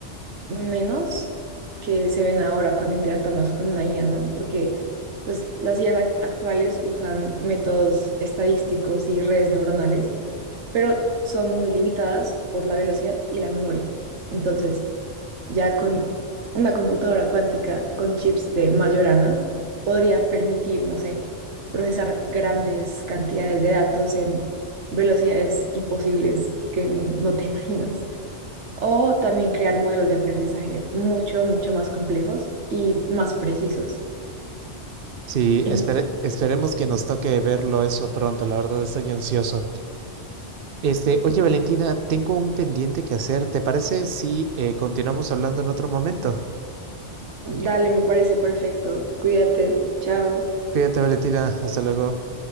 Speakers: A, on the right; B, on the right.
A: menos que se ven ahora cuando interactuamos con una IA, ¿no? Porque pues las IAs ac- actuales usan métodos estadísticos y redes neuronales, pero son muy limitadas por la velocidad y la memoria. Entonces, ya con una computadora cuántica con chips de Majorana podría permitir, no sé, procesar grandes cantidades de datos en velocidades imposibles que no te <laughs> imaginas. O también crear modelos de aprendizaje mucho, mucho más complejos y más precisos.
B: Sí,
A: En-
B: espere- esperemos que nos toque verlo eso pronto, la verdad estoy ansioso. Este, oye Valentina, tengo un pendiente que hacer, ¿te parece si eh, continuamos hablando en otro momento?
A: Dale, me parece perfecto. Cuídate. Chao.
B: Cuídate, Valentina. Hasta luego.